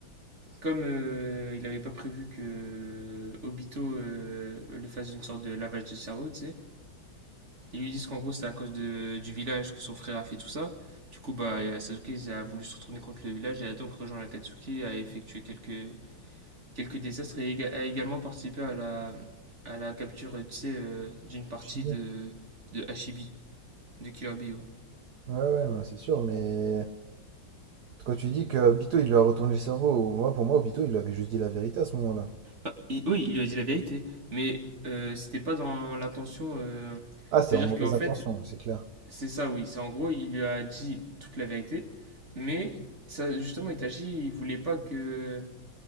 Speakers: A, on the right; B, on the right.
A: comme euh, il n'avait pas prévu que euh, Obito euh, lui fasse une sorte de lavage de cerveau, tu sais, Ils lui disent qu'en gros, c'est à cause de, du village que son frère a fait tout ça. Du coup, bah, Sasuke a voulu se retourner contre le village et a donc rejoint l'Akatsuki, a effectué quelques, quelques désastres et a également participé à la, à la capture, tu sais, euh, d'une partie
B: je sais bien.
A: de, de Hashibi, de Killer Bee, ouais.
B: Ouais, ouais, non, c'est sûr, mais quand tu dis que Obito, il lui a retourné le cerveau, moi, pour moi, Obito, il lui avait juste dit la vérité à ce moment-là.
A: Enfin, il- oui, il lui a dit la vérité, mais euh, c'était pas dans l'intention. euh,
B: Ah, c'était
A: C'est-à-dire
B: en mauvaise
A: qu'en fait,
B: intention, c'est clair.
A: c'est ça, oui. C'est en gros, il lui a dit toute la vérité, mais ça, justement, Itachi, il voulait pas que